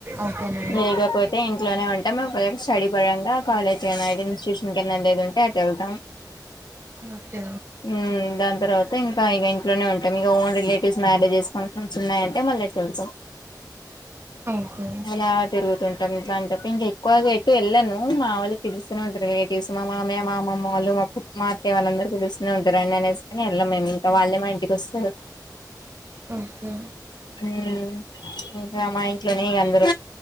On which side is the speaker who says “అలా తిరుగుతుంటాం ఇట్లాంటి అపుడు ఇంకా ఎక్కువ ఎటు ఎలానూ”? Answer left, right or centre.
Left